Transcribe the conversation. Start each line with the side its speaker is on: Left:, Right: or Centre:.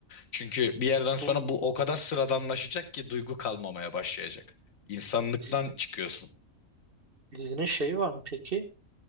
Left: Çünkü bir yerden sonra
Right: Bu
Left: bu o kadar sıradanlaşacak ki duygu kalmamaya başlayacak. İnsanlıktan
Right: dizi-
Left: çıkıyorsun.
Right: dizinin şeyi var mı peki?